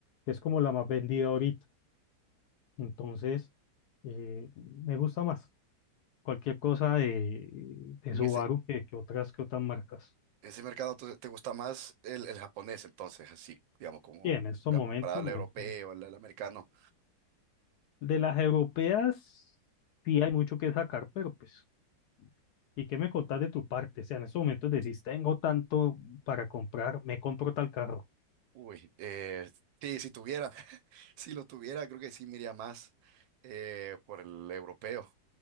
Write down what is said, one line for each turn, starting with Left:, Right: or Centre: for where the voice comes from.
Left: que es como la más vendida ahorita. Entonces eh, me gusta más cualquier cosa de, de
Right: En
Left: Subaru
Right: ese,
Left: que, que otras que otras marcas.
Right: ese mercado entonces, te gusta más el, el japonés, entonces, así, digamos, como
Left: Y en estos
Right: la-
Left: momentos,
Right: comparado al
Left: muy-
Right: europeo, al, al americano.
Left: de las europeas, sí hay mucho que sacar, pero pues, ¿y qué me contás de tu parte? O sea, en estos momentos decís, tengo tanto para comprar, me compro tal carro.
Right: Uy, eh, sí, si tuviera, <laughs> si lo tuviera, creo que sí me iría más eh, por el europeo.